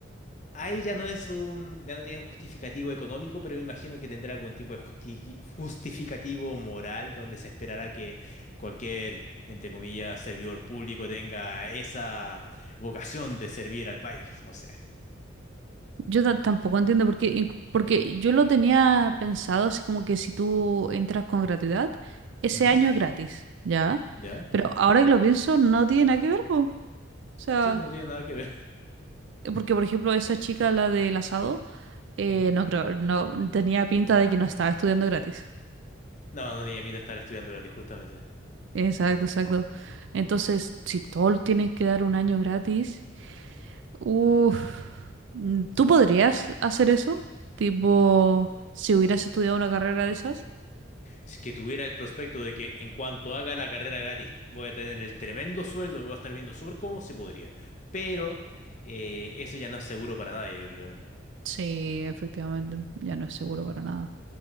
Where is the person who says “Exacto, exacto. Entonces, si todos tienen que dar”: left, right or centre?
Right